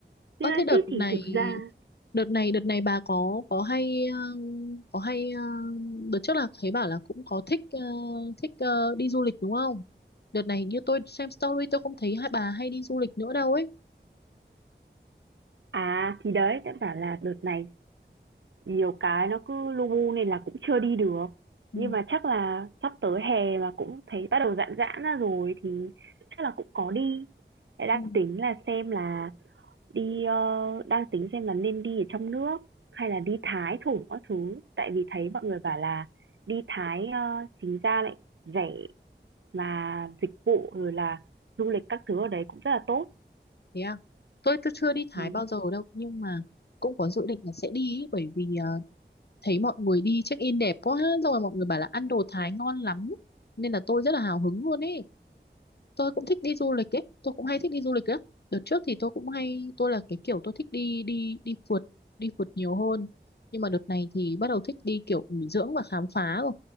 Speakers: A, on the right; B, on the left.
A: pilates
B: Ơ thế đợt này
A: thì thực ra
B: đợt này đợt này bà có có hay um, có hay um, đợt trước là thấy bảo là cũng có thích uh, thích uh, đi du lịch đúng không? Đợt này hình như tôi xem story tôi không thấy hai bà hay đi du lịch nữa đâu ấy.
A: à thì đấy đã bảo là đợt này Nhiều cái nó cứ lu bu nên là cũng chưa đi được.
B: Ừ.
A: Nhưng mà chắc là sắp tới hè mà cũng thấy bắt đầu giãn giãn ra rồi thì chắc là cũng có đi. Lại đang
B: Ừ.
A: tính là xem là đi, ơ, đang tính xem là nên đi ở trong nước hay là đi Thái thử các thứ. Tại vì thấy mọi người bảo là đi Thái, ơ, chính ra lại rẻ mà dịch vụ rồi là du lịch các thứ ở đấy cũng rất là tốt.
B: Thế à? Tôi tôi chưa đi Thái
A: ừ
B: bao giờ đâu nhưng mà cũng có dự định là sẽ đi ấy, bởi vì uh, thấy mọi người đi check in đẹp quá xong rồi mọi người bảo là ăn đồ Thái ngon lắm nên là tôi rất là hào hứng luôn ấy. tôi cũng thích đi du lịch ấy tôi cũng hay thích đi du lịch lắm đợt trước thì tôi cũng hay tôi là cái kiểu tôi thích đi đi đi phượt đi phượt nhiều hơn nhưng mà đợt này thì bắt đầu thích đi kiểu nghỉ dưỡng và khám phá rồi